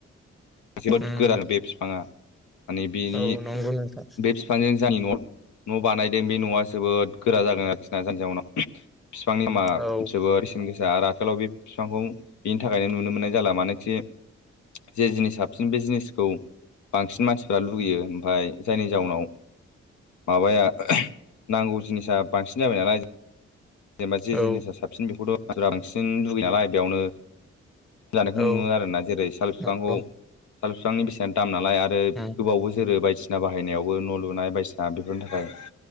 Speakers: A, on the left (about 75°); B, in the centre.
A: जोबोद
B: उम
A: गोराल बे फिफाङा माने बेनि
B: औ नंगौ नोंथां
A: बे फिफांजों <unintelligible> न'आव न' बानायदों बे न'आ जोबोद गोरा जागोन आरोखिना <unintelligible> जाउनाव फिफांनि मा
B: औ
A: जोबोर बेसेन गोसा‌ आरो आथिखालाव बे फिफांखौ बिनि थाखायनो नुनो मोननाय जाला मानोखि जे जिनिसा साबसिन बे जिनिसखौ बांसिन मानसिफ्रा लुुबैयो ओमफाय जायनि जाउनाव माबाया नांगौ जिनिसा बांसिन जाबाय नालाय जेनेबा जे
B: औ
A: जिनिसा साबसिन बेखौथ' <unintelligible> बांसिन लुगैयो नालाय बेयावनो जानायखौ
B: औ
A: नुनो मोनो आरोना जेरै साल फिफांखौ
B: नंगौ
A: साल फिफांनि बेसेना दामना नालाय आरो
B: उम
A: गोबावबो जोरो बायदिसिना बाहायनायावबो न' लुनाय बायदिसिना बेफोरनि थाखाय